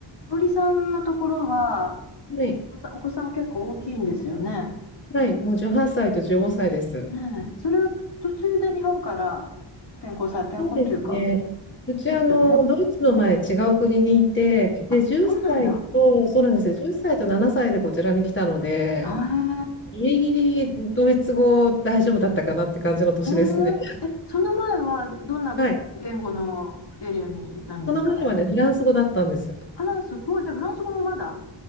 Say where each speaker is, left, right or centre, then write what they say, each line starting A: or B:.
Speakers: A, on the left; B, on the left.
A: 香織さんのところは、
B: はい、
A: お子さん、お子さんは結構大きいんですよね。
B: はい、もう18歳と15歳です。
A: ねえ、それは途中で日本から転校され、転校っていうか、
B: そうですね。うちあの、
A: ですよね。
B: ドイツの前、違う国にいて、
A: あ、
B: で、10歳と、
A: そうなんだ。
B: そうなんですよ、歳と7歳でこちらに来たので、
A: はい。
B: ギリギリドイツ語大丈夫だったかなって感じの年ですね。
A: ええ、その前はどんな言語のエリアにいたんですか
B: はい。その前はね、フランス語だったんです。
A: あら、すごい。じゃあ、フランス語もまだ